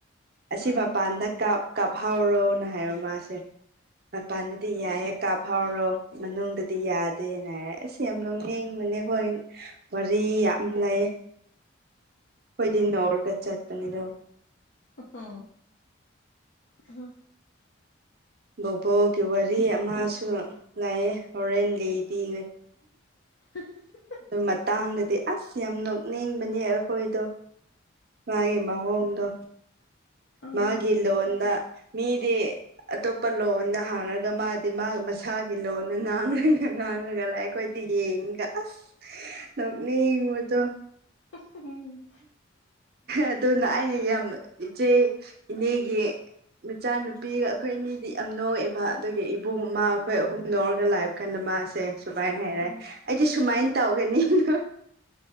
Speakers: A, on the right; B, on the left.
A: ꯑꯁꯤ
B: ꯑꯥ
A: ꯃꯄꯥꯟꯗ ꯀꯥꯞ ꯀꯥꯞꯍꯥꯎꯔꯣꯅ ꯍꯥꯏꯕ ꯃꯥꯁꯦ ꯃꯄꯥꯟꯗꯗꯤ ꯌꯥꯏꯍꯦ ꯀꯥꯞ ꯐꯥꯎꯔꯣ ꯃꯅꯨꯡꯗꯗꯤ ꯌꯥꯗꯦꯅ ꯍꯥꯏꯔꯦ ꯑꯁ ꯌꯥꯝ ꯅ‌ꯣꯛꯅꯤꯡꯕꯅꯦ ꯑꯩꯈꯣꯏ ꯋꯥꯔꯤ ꯌꯥꯝ ꯂꯩ ꯑꯩꯈꯣꯏꯗꯤ ꯅꯧꯔꯒ ꯆꯠꯄꯅꯤꯅꯣ
B: ꯍ‌ꯣ ꯍ‌ꯣ
A: ꯕꯣꯕꯣꯛꯒꯤ ꯋꯥꯔꯤ ꯑꯃꯁꯨ ꯂꯩꯑꯦ ꯍꯣꯔꯦꯟ ꯂꯤꯕꯤꯒ
B: <inaudible>
A: ꯑꯗꯨ ꯃꯇꯥꯡꯗꯗꯤ ꯑꯁ ꯌꯥꯝ ꯅꯣꯛꯅꯤꯡꯕꯅꯦ ꯑꯩꯈꯣꯏꯗꯣ ꯃꯥꯒꯤ ꯃꯑꫭꯡꯗꯣ
B: ꯑꯥ
A: ꯃꯥꯒꯤ ꯂꯣꯟꯗ ꯃꯤꯗꯤ ꯑꯇꯣꯞꯄ ꯂꯣꯟꯗ ꯍꯥꯡꯉꯒ ꯃꯥꯗꯤ ꯃꯥ ꯃꯁꯥꯒꯤ ꯂꯣꯟꯗ ꯉꯥꯡꯕꯅꯤ ꯉꯥꯡꯂꯒ ꯂꯥꯛꯑꯦ ꯑꯩꯈꯣꯏꯗꯤ ꯌꯦꯡꯉꯒ ꯑꯁ ꯅ‌ꯣꯛꯅꯤꯡꯕꯗꯣ
B: ꯎꯝ
A: ꯑꯗꯨꯅ ꯑꯩꯅ ꯌꯥꯝ ꯏꯆꯦ ꯏꯅꯦꯒꯤ ꯃꯆꯥꯅꯨꯄꯤꯒ ꯑꯩꯈꯣꯏ ꯑꯅꯤꯗꯤ ꯌꯥꯝ ꯅꯣꯛꯑꯦꯕ ꯑꯗꯨꯒꯤ ꯏꯕꯨꯡ ꯑꯃ ꯑꯩꯈꯣꯏ ꯑꯍꯨꯝ ꯂꯧꯔꯒ ꯂꯥꯛꯏꯕ ꯀꯥꯟꯗ ꯃꯥꯁꯦ ꯁꯨꯃꯥꯏꯅ ꯍꯥꯏꯔꯦ
B: ꯎꯝ
A: ꯑꯩꯗꯤ ꯁꯨꯃꯥꯏꯅ ꯇꯧꯒꯅꯤꯅ